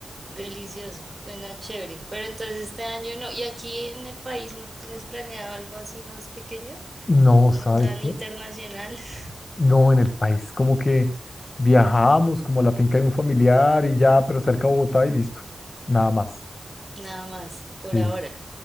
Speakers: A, on the right; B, on the left.
A: delicioso, suena chévere. Pero entonces este año no, ¿y aquí en el país no tienes planeado algo así más pequeño?
B: No,
A: No
B: ¿sabes
A: tan internacional,
B: qué?
A: <laughs>
B: No, en el país, como que viajamos como a la finca de un familiar y ya, pero cerca de Bogotá y listo. Nada más.
A: nada más, por
B: Sí,
A: ahora,